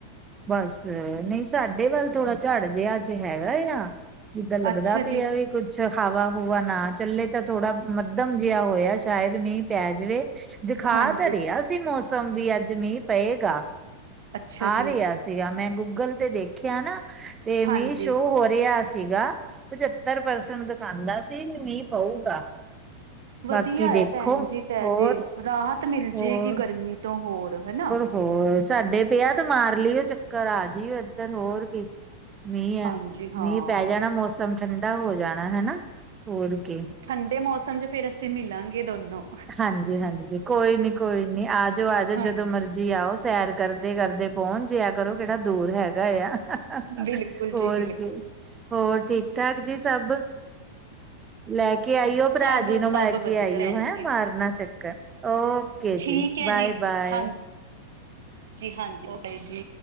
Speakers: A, on the right (about 20°); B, on the right (about 70°).
A: ਬਸ, ਨਹੀਂ ਸਾਡੇ ਵੱਲ ਥੋੜਾ ਝਾੜ ਜਿਹਾ ਚ ਹੈਗਾ ਆ। ਜਿੱਦਾਂ ਲੱਗਦਾ
B: ਅੱਛਾ
A: ਪਿਆ
B: ਜੀ
A: ਹੈ ਵੀ ਕੁੱਝ ਅਛਾ ਹਵਾ ਹੂਵਾ ਨਾ ਚੱਲੇ ਤਾਂ ਥੋੜਾ ਮੱਧਮ ਜਿਹਾ ਹੋਇਆ ਸ਼ਾਇਦ ਮੀਂਹ ਪੈ ਜਵੇ। ਦਿਖਾ
B: ਹਾਂਜੀ
A: ਤਾਂ ਰਿਹਾ ਸੀ ਮੌਸਮ ਵੀ ਅੱਜ ਮੀਂਹ ਪਏਗਾ।
B: ਅੱਛਾ
A: ਆ
B: ਜੀ
A: ਰਿਹਾ ਸੀ ਸੀਗਾ ਮੈਂ ਗੂਗਲ ਤੇ ਦੇਖਿਆ ਨਾ ਤੇ
B: ਹਾਂਜੀ
A: ਮੀਹ ਸ਼ੋ ਹੋ ਰਿਹਾ ਸੀਗਾ। ਪਚੱਤਰ ਪਰਸੈਂਟ ਦਿਖਾਉਂਦਾ ਸੀ ਵੀ ਮੀਂਹ ਪਊਗਾ।
B: ਵਧੀਆ
A: ਬਾਕੀ ਦੇਖੋ
B: ਹੈ ਭੈਣ ਜੀ ਪੈ
A: ਹੋਰ
B: ਜੇ ਰਾਹਤ ਮਿਲ ਜੇਗੀ
A: ਹੋਰ
B: ਗਰਮੀ ਤੋਂ ਹੋਰ ਹਨਾ।
A: ਹੋਰ ਸਾਡੇ ਪਿਆ ਤੇ ਮਾਰ ਲਿਓ ਚੱਕਰ ਆ ਜਇਓ ਇੱਧਰ ਹੋਰ ਕੀ। ਮੀਂਹ ਹੈ
B: ਹਾਂਜੀ ਹਾਂ
A: ਮੀਂਹ ਪੈ ਜਾਣਾ ਮੌਸਮ ਠੰਡਾ ਹੋ ਜਾਣਾ ਹਨਾ ਹੋਰ ਕੀ
B: ਠੰਡੇ ਮੌਸਮ ਚ ਫੇਰ ਅਸੀਂ ਮਿਲਾਂਗੇ ਦੋਨੋ।
A: ਹਾਂਜੀ -ਹਾਂਜੀ ਕੋਈ ਨੀ ਕੋਈ ਨੀ ਆ ਜਾਓ ਆ ਜਾਓ
B: ਹਾਂਜੀ
A: ਜਦੋਂ ਮਰਜੀ ਆਓ ਸੈਰ ਕਰਦੇ -ਕਰਦੇ ਪਹੱਚ ਜਿਹਾ ਕਰੋ ਕਿਹੜਾ ਦੂਰ ਹੈਗਾ ਆ ਹੋਰ
B: ਬਿਲਕੁਲ ਜੀ ਬਿਲਕੁਲ
A: ਕੀ। ਹੋਰ ਠੀਕ ਠਾਕ ਜੀ ਸਭ। ਲੈ ਕੇ ਆਈਓ
B: ਸਭ
A: ਭਰਾ ਜੀ ਨੂੰ
B: ਸਭ
A: ਮਾਈਕੇ
B: ਵਧੀਆ
A: ਆਈਓ
B: ਭੈਣ
A: ਹੈਣਾ।
B: ਜੀ
A: ਮਾਰਨਾ ਚੱਕਰ ਓਕੇ
B: ਠੀਕ
A: ਜੀ
B: ਹੈ
A: ਬਾਏ -ਬਾਏ।
B: ਹਾਂਜੀ ਜੀ ਹਾਂਜੀ ਓਕੇ ਜੀ।